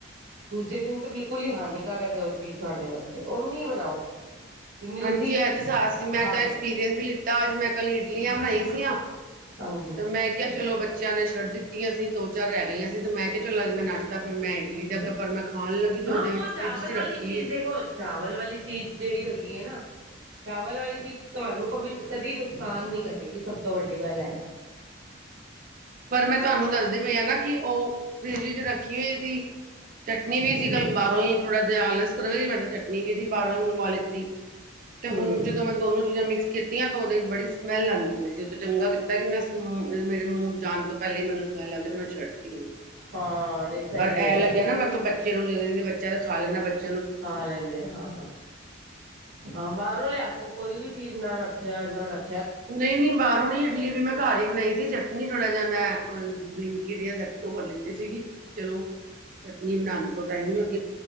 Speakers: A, on the right; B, on the right.
A: ਦੂਜੇ ਦਿਨ ਤਾਂ ਬਿਲਕੁਲ ਹੀ ਹਾਨੀਕਾਰਕ
B: ਹਾਂਜੀ
A: ਉਹ ਚੀਜ਼ ਤੁਹਾਡੇ ਵਾਸਤੇ ਓਨੀ ਬਣਾਓ। ਜਿੰਨੀ ਤੁਸੀਂ
B: ਹਾਂਜੀ ਇਹ ਤਾਂ ਸਸ ਸੀ ਮੈਂ
A: ਖਾ
B: ਤਾਂ ਐਕਸਪੀਰੀਅੰਸ
A: ਲਓ
B: ਵੀ ਲਿੱਤਾ ਅੱਜ ਮੈਂ ਕੱਲ ਇਡਲੀਆਂ ਬਣਾਈ ਸੀਆਂ।
A: ਹਾਂਜੀ
B: ਤੇ ਮੈਂ ਕਿਹਾ ਚਲੋ ਬੱਚਿਆਂ ਨੇ ਛੱਡ ਦਿੱਤੀਆਂ ਸੀ। ਦੋ-ਚਾਰ ਤੇ ਮੈਂ ਕਿਹਾ ਚਲੋ ਅੱਜ ਮੈਂ ਨਾਸ਼ਤਾ ਫਿਰ ਮੈਂ ਇਡਲੀ ਦਾ ਪਰ ਮੈਂ ਖਾਣ ਲੱਗੀ ਤੇ
A: ਹਾਂ
B: ਉਹਦੇ
A: ਉਹ ਚਾਵਲ
B: ਫਰਿਜ ਚ
A: ਵਾਲੀ
B: ਰੱਖੀ
A: ਚੀਜ਼
B: ਹੋਈ
A: ਦੇਖੋ
B: ਸੀ।
A: ਚਾਵਲ ਵਾਲੀ ਚੀਜ਼ ਜਿਹੜੀ ਹੈਗੀ ਹੈ ਨਾ ਚਾਵਲ ਵਾਲੀ ਚੀਜ਼ ਤੁਹਾਨੂੰ ਕ ਕਦੀ ਨੁਕਸਾਨ ਨਹੀਂ ਕਰੇਗੀ ਸਭ ਤੋਂ ਵੱਡੀ ਗੱਲ ਐ। <inaudible>
B: ਪਰ ਮੈਂ ਤੁਹਾਨੂੰ ਦੱਸਦੀ ਪਈ ਹ ਨਾ ਕਿ ਉਹ ਸਰੀਰੀ ਚ ਰੱਖੀ ਹੋਈ ਸੀ। ਚਟਨੀ ਵੀ
A: ਹੂੰ
B: ਸੀ ਕੱਲ ਬਾਹਰੋਂ ਹੀ ਥੋੜ੍ਹਾ ਜਿਹਾ ਆਲਸ ਕਰ ਮੈਂ ਤਾਂ ਚਟਨੀ ਵੀ ਸੀ ਬਾਹਰੋਂ ਹੀ ਮੰਗਵਾ ਲਿੱਤੀ। ਤੇ
A: ਹੂੰ
B: ਹੁਣ ਜਦੋਂ ਮੈਂ ਦੋਨੋ ਚੀਜ਼ਾਂ ਮਿਕਸ ਕੀਤੀਆਂ ਤਾਂ ਉਹਦੇ ਬੜੀ ਸਮੈਲ ਆਦੀ ਪਈ ਸੀ ਉਹ ਤੇ ਚੰਗਾ ਕੀਤਾ ਕਿ ਮੈਂ ਮੇਰੇ ਮੂੰਹ ਜਾਣ ਤੋਂ ਪਹਿਲੇ ਹੀ ਮੈਨੂੰ ਸੁਣ ਲੱਗ ਕਿ ਮੈਂ ਛੱਡ ਦੀਤੀ ਹੋਗੀ।
A: ਹਾਂ ਨਹੀਂ ਸਹੀ
B: ਪਰ
A: ਹੈ
B: ਐ
A: ਚ
B: ਲੱਗਿਆ ਨਾ ਮਤਲਬ ਬੱਚੇ ਨੂੰ ਜਦ ਬੱਚਾ ਤੇ ਖਾ ਲੈਂਦਾ ਬੱਚਾ
A: ਖਾ ਲੈਂਦੇ ਹਾਂ ਹਾਂ ਬਾਹਰੋਂ ਲਿਆ ਕੇ। ਕੋਈ ਵੀ ਚੀਜ਼ ਨਾ ਰੱਖਿਆ ਇਨਾ ਰੱਖ
B: ਨਹੀਂ ਨਹੀਂ ਬਾਹਰੋਂ ਨੀ ਇਡਲੀ ਵੀ ਮੈਂ ਘਰ ਹੀ ਬਣਾਈ ਸੀ। ਚਟਨੀ ਥੋੜ੍ਹਾ ਜਿਹਾ ਮੈਂ ਬਲਿੰਕਟ ਇਟ ਰੈਪਟੋ ਤੋਂ ਲਤੀ ਸੀਗੀ ਕਿ ਚਲੋ ਚਟਨੀ ਬਣਾਉਣ ਤੋਂ ਟਾਈਮ ਲੱਗ